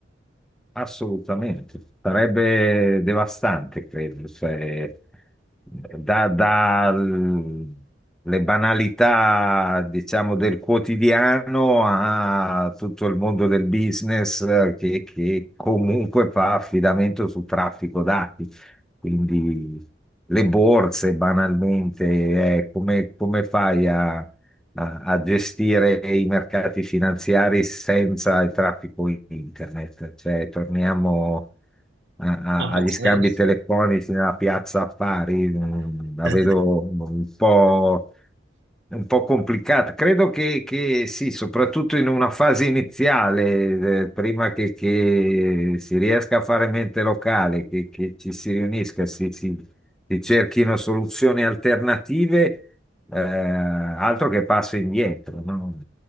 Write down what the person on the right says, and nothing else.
No,
pazzesco.
<laughs>